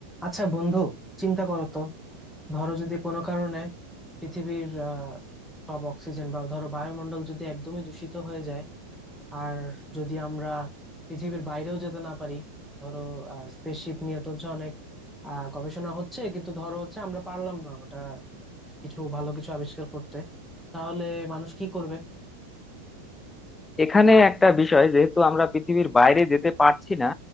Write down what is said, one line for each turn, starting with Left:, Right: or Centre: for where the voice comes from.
Centre: আচ্ছা বন্ধু চিন্তা করো তো ধরো যদি কোনো কারণে পৃথিবীর আহ, সব অক্সিজেন বা ধরো বায়ুমণ্ডল যদি একদমই দূষিত হয়ে যায় আর যদি আমরা পৃথিবীর বাইরেও যেতে না পারি ধরো স্পেসশিপ নিয়ে তো হচ্ছে অনেক আহ, গবেষণা হচ্ছে কিন্তু ধরো হচ্ছে আমরা পারলাম না ওটা কিছু ভালো কিছু আবিষ্কার করতে তাহলে মানুষ কি করবে
Left: এখানে একটা বিষয় যেহেতু আমরা পৃথিবীর বাইরে যেতে পারছি না